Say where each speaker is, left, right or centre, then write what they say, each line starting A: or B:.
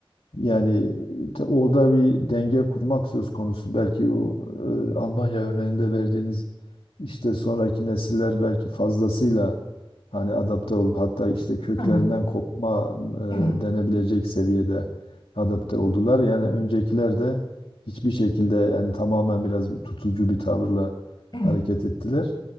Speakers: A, on the left; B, on the left.
A: yani te- orada bir denge kurmak söz konusu. Belki o e, Almanya örneğinde verdiğiniz işte sonraki nesiller belki fazlasıyla hani adapte olup hatta işte köklerinden
B: Hı hı,
A: kopma
B: evet,
A: e, denebilecek seviyede adapte oldular. Yani öncekiler de hiçbir şekilde yani tamamen biraz tutucu bir tavırla
B: evet,
A: hareket ettiler.